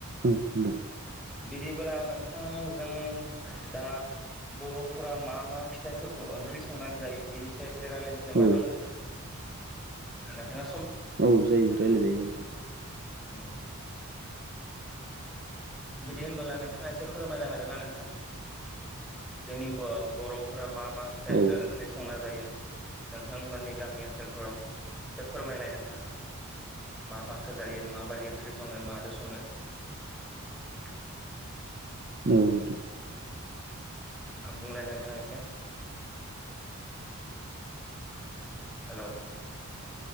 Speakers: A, on the right (about 45°); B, in the centre.
A: औ नोंथां
B: बिदिब्ला नोंथांजों दा बर'फोरा मा मा फिथाइफोरखौ ओंख्रि संनानै जायो बिनि सायाव जे रायलायनोसै होनबा
A: औ
B: ने नोंथां नोंथा
A: औ जायो रायलाय जायो नोंथां।
B: ओम बिदि होनबोला नोंथाङा एसे फोरमायनो हागोन ना नोंथां। जोंनि बर'फोरा मा मा फिथाइखो
A: औ
B: ओंख्रि संना जायो नोंथांमोननि गामि ओनसोलफोराव एसे फोरमायलाय नोंथां। मा मााखो जायो माबायदि ओंख्रि सङो मादो सङो <inaudible>
A: औ नोंथां।
B: बुंलाय नोंथां एसै हेल'